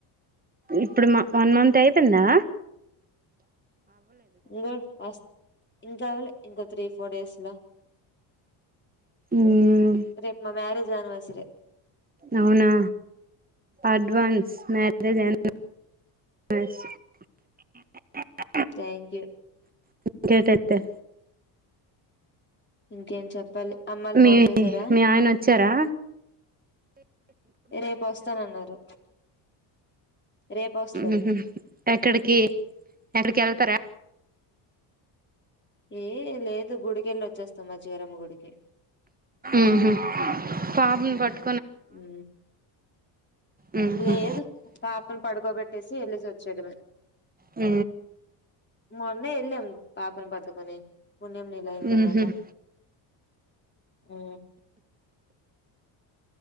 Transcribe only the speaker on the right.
ఇప్పుడు వన్ మంత్ అయితుందా
మ్మ్
అవునా advance marriage anniversary <inaudible>
<inaudible>
మీ
మీ ఆయన వచ్చారా
ఉహు ఎక్కడికి ఎక్కడికి వెళ్తారా
ఉహు పాపు పట్
మ్మ్
హ్మ్
ఊ
మ్మ్
హ్మ్